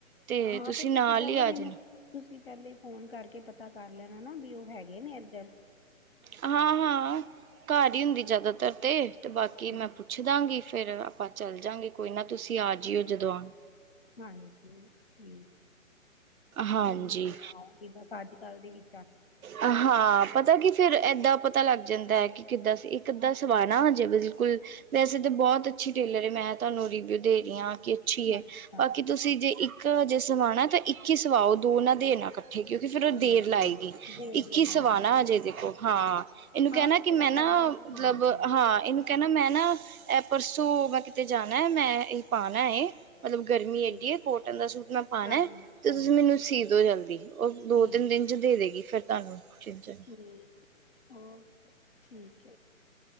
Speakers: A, on the right; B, on the left.
A: ਤੇ-
B: ਹਾਂ ਫਿਰ ਤੁਸੀਂ
A: ਨਾਲ
B: ਪਹਿਲੇ
A: ਹੀ ਆ
B: ਮੈਨੂੰ-
A: ਜਾਣਾ
B: ਤੁਸੀਂ ਪਹਿਲੇ ਫੋਨ ਕਰਕੇ ਪਤਾ ਕਰ ਲੈਣਾ ਨਾ, ਵੀ ਉਹ ਹੈਗੇ ਨੇ ਏਧਰ।
A: ਹਾਂ-ਹਾਂ, ਘਰ ਈ ਹੁੰਦੀ ਜ਼ਾਦਾਤਰ ਤੇ। ਤੇ ਬਾਕੀ
B: ਠੀਕ
A: ਮੈਂ ਪੁੱਛ ਦਾਂਗੀ ਫੇਰ ਆਪਾਂ ਚੱਲ ਜਾਂਗੇ ਕੋਈ ਨਾ ਤੁਸੀਂ ਆ ਜਇਓ ਜਦੋਂ ਆਨ।
B: ਹਾਂਜੀ, ਠੀ
A: ਹਾਂਜੀ
B: ਕੋਈ ਨੀ ਮੈਂ ਆਉਂਗੀ ਬਸ ਅੱਜ ਕੱਲ ਦੇ ਵਿੱ
A: ਹਾਂ, ਪਤਾ ਕੀ ਫੇਰ ਏਦਾਂ ਪਤਾ ਲੱਗ ਜਾਂਦਾ ਐ ਕੀ ਕਿੱਦਾਂ ਸੀ। ਇੱਕ ਅੱਦਾਂ ਸਵਾਨਾ ਜੇ ਬਿਲਕੁੱਲ ਵੈਸੇ ਤੇ ਬੋਤ ਅੱਛੀ ਟੇਲਰ ਏ। ਮੈਂ ਤੁਹਾਨੂੰ ਰਿਵਿਊ ਦੇ ਰੀ ਆਂ ਕਿ ਅੱਛੀ ਏ।
B: ਅੱਛਾ
A: ਬਾਕੀ ਤੁਸੀਂ ਜੇ ਇੱਕ ਹਜੇ ਸਵਾਨਾ ਤਾਂ ਇੱਕ ਹੀ ਸਵਾਓ ਦੋ ਨਾ ਦੇਨਾ ਕੱ ਠੇ ਕਿਉਂਕਿ ਫੇਰ ਓ
B: ਠੀਕ
A: ਦੇਰ ਲਾਏਗੀ।
B: ਹੈ ਦੇਰ
A: ਇੱਕ
B: ਲਗਾਏ
A: ਈ ਸਵਾਨਾ ਅਜੇ ਏਦੇ ਕੋ, ਹਾਂ। ਏਨੂੰ
B: ਹਾਂ
A: ਕੈਨਾ
B: ਫਿਰ
A: ਕਿ
B: ਥੋੜਾ
A: ਮੈਂ ਨਾ
B: ਕਹਿ ਦਾਂਗੇ
A: ਮਤਲਬ
B: ਹਾਂਜੀ
A: ਹਾਂ, ਏਨੂੰ ਕੈਨਾ ਮੈਂ ਨਾ, ਐ ਪਰਸੋਂ ਮੈਂ ਕਿਤੇ ਜਾਨਾ ਮੈਂ ਏਹ ਪਾਨਾ ਏ। ਮਤਲਬ ਗਰਮੀ ਏਡੀ
B: ਠੀਕ
A: ਏ ਕੋਟਨ ਦਾ ਸੂਟ ਮੈਂ ਪਾਨਾਏ।
B: ਹਾਂਜੀ
A: ਤੇ
B: ਹਾਂਜੀ
A: ਤੁਸੀਂ ਮੈਨੂੰ ਸੀ ਦੋ ਜਲਦੀ। ਓਹ ਦੋ
B: ਠੀਕ
A: ਤਿੰਨ ਦਿਨ ਚ ਦੇ ਦੇਗੀ ਫੇਰ ਤੁਹਾਨੂੰ <unintelligible>
B: ਹੁੰ, ਹਾਂ, ਠੀਕ ਐ।